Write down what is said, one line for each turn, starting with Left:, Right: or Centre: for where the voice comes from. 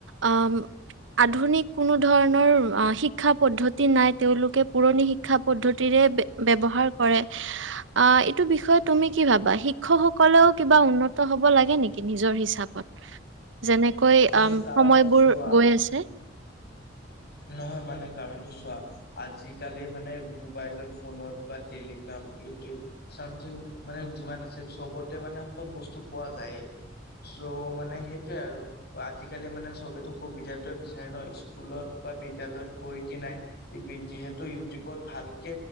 Right: অম আধুনিক কোনো ধৰণৰ আ শিক্ষা পদ্ধতি নাই তেওঁলোকে পুৰণি শিক্ষা পদ্ধতিৰে বে ব্যৱহাৰ কৰে আ এইটো বিষয়ে তুমি কি ভাবা শিক্ষকসকলেও কিবা উন্নত হব লাগে নেকি নিজৰ হিচাপত? যেনে কৈ
Left: উম
Right: অম
Left: কাৰণ
Right: সময়বোৰ
Left: চোৱা
Right: গৈ আছে
Left: নহয় মানে কাৰণটো চোৱা আজিকালি মানে মোবাইলত ফোনত বা টেলিগ্ৰাম ইউটিউব চামথিং মানে যিমান আছে চবতে মানে সব বস্তু পোৱা যায়েই চ' মানে সেইটোয়ে আৰু আজিকালি মানে চবেতো সুবিধটোৱে বিচাৰে ন ইচ স্কুলত বা বিদ্য়ালয়ত গৈ কি নাই যিহেতু ইউটিউবত ভালকে